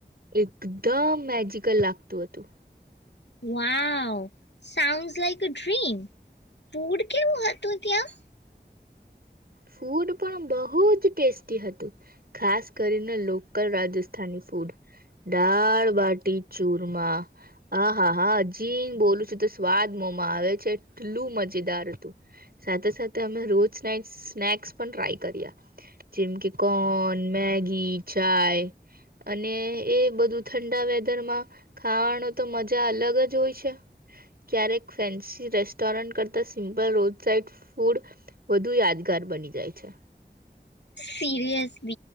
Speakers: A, on the right; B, on the left.
A: એકદમ મેજિકલ લાગતું હતું.
B: Wow sound like a dream food કેવું હતું ત્યાં?
A: ફૂડ પણ બહુ જ ટેસ્ટી હતું ખાસ કરીને લોકલ રાજસ્થાની ફૂડ દાળબાટી ચૂરમા આહા હા અજીક બોલું છું તો સ્વાદ મોમાં આવે છે એટલું મજેદાર હતું સાથે સાથે અમે રોજ સ્નેક્સ પણ ટ્રાય કર્યા જેમ કે કોન મેગી ચાય અને એ બધું ઠંડા વેધરમાં ખાવાનો તો મજા અલગ જ હોય છે ક્યારેક ફેન્સી રેસ્ટોરન્ટ કરતા સિમ્પલ રોજ સાઇડ ફૂડ વધુ યાદગાર બની જાય છે.
B: Seriously